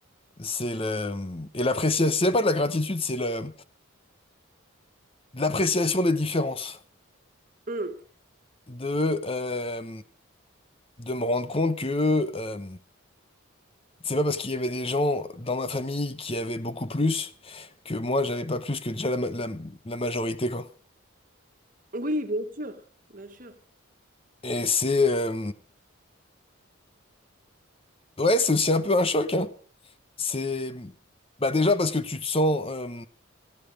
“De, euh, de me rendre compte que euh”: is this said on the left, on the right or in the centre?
Left